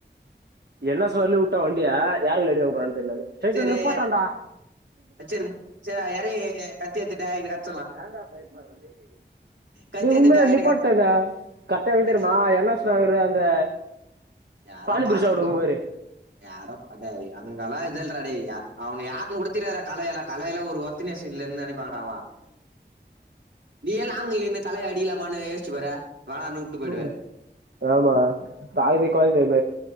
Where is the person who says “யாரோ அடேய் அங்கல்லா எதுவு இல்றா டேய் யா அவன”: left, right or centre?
Right